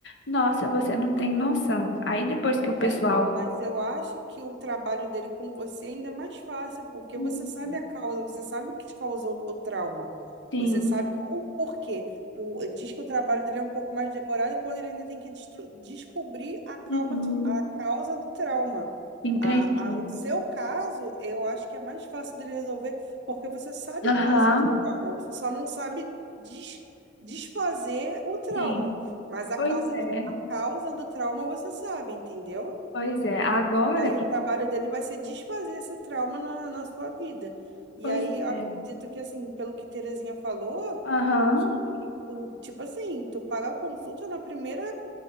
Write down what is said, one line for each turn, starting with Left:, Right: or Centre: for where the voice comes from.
Left: nossa, você não tem noção. Aí depois que o pessoal.
Right: Hein, prima, mas eu acho que o trabalho dele com você ainda é mais fácil, porque
Left: Uhum.
Right: você sabe a causa, você sabe o que te causou o trauma,
Left: Sim,
Right: você sabe o porquê. O, diz que o trabalho dele é um pouco mais demorado quando ele ainda tem que destru- descobrir a, calma
Left: uhum,
Right: do- a causa do trauma.
Left: entendi.
Right: A, a- o seu caso, eu acho que é mais fácil dele resolver, porque você sabe
Left: Aham,
Right: a causa do trauma, você só não sabe des- desfazer o trauma.
Left: sim.
Right: Mas a
Left: Pois
Right: causa
Left: é,
Right: do, a causa do trauma você sabe, entendeu?
Left: pois é. Agora,
Right: E aí
Left: que-
Right: o trabalho dele vai ser desfazer esse trauma na, na sua vida. E
Left: pois
Right: aí eu acredito
Left: é.
Right: que, assim, pelo que Terezinha falou,
Left: Aham,
Right: que, o- tipo assim, tu paga a consulta na primeira,